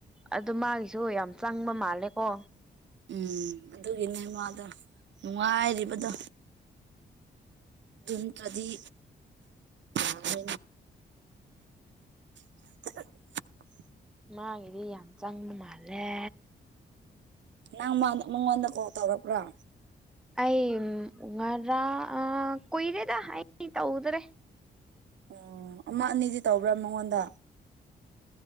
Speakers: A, in the centre; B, on the right.
A: ꯑꯗꯨ ꯃꯥꯒꯤꯁꯨ ꯌꯥꯝ ꯆꯪꯕ ꯃꯥꯜꯂꯦꯀꯣ
B: ꯎꯝ ꯑꯗꯨꯒꯤꯅꯦ ꯃꯥꯗꯣ ꯅꯨꯡꯉꯥꯏꯔꯤꯕꯗꯣ ꯟꯀꯗꯤ ꯑ <unintelligible>
A: ꯃꯥꯒꯤꯗꯤ ꯌꯥꯝ ꯆꯪꯕ ꯃꯥꯜꯂꯦ
B: ꯅꯪ ꯃꯉꯣꯟꯗ ꯀꯣꯜ ꯇꯧꯔꯕ꯭ꯔꯣ
A: ꯑꯩ ꯉꯔꯥꯡ ꯀꯨꯏꯔꯦꯗ ꯑꯩ ꯇꯧꯗ꯭ꯔꯦ
B: ꯑꯣ ꯑꯃ ꯑꯅꯤꯗꯤ ꯇꯧꯕ꯭ꯔꯥ ꯃꯉꯣꯟꯗ